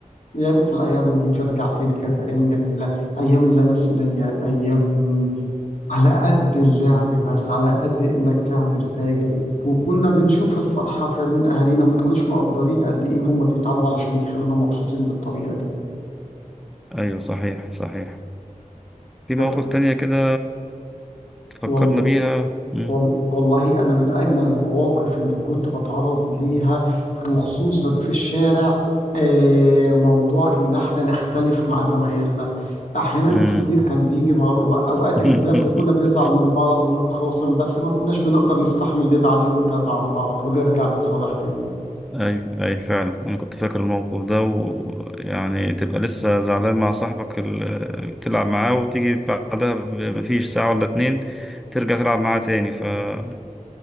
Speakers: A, on the left (about 65°); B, in the centre.
A: يا ريت الأيام دي ترجع تاني كانت أيام جميلة أيام اللا مسؤولية أيام على قد اللعب بس على قد إنك تعمل حاجة وكنا بنشوف الفرحة في عيون أهالينا وما كناش مقدرين قد إيه هم بيتعبوا علشان يخلونا مبسوطين بالطريقة دي
B: أيوه صحيح صحيح في
A: ف-
B: مواقف تانية كده فكرنا
A: والله
B: بيها مم.
A: وال- والله أنا من أجمل المواقف اللي كنت بتعرض ليها وخصوصا في الشارع آه، موضوع إن إحنا نختلف مع زمايلنا أحيانا
B: مم.
A: كتير كان بيجي مو- أوقات
B: <laughs>
A: اختلاف وكنا بنزعل من بعض ونتخاصم بس ما كناش بنقدر نستحمل نبعد يومين ثلاثة عن بعض ونرجع نتصالح تاني
B: اي اي فعلا انا كنت فاكر الموقف ده ويعني تبقى لسه زعلان مع صاحبك اللي بتلعب معاه وتيجي بعدها ب- مفيش ساعة ولا اتنين ترجع تلعب معاه تاني فكنا